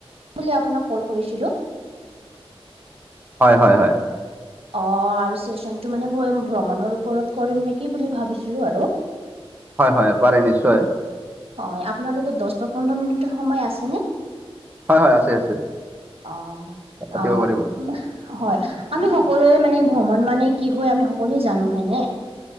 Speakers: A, on the right; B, on the right.
A: বুলি আপোনাক কল কৰিছিলো।
B: হয় হয় হয়।
A: অঁ আৰু চুৱেচনটো মানে ভ্ৰমণৰ ওপৰত কৰিম নেকি বুলি ভাবিছিলোঁ আৰু।
B: হয় হয়, পাৰে নিশ্চয়।
A: হয়, আপোনাৰ লগত দহ বা পোন্ধৰ মিনিট সময় আছে নে?
B: হয় হয়, আছে আছে।
A: অঁ
B: পাতিব
A: অঁ'
B: পাৰিব
A: হয়, আমি সকলোৱে মানে ভ্ৰমণ মানে কি হয় আমি সকলোৱে জানো হয় নে?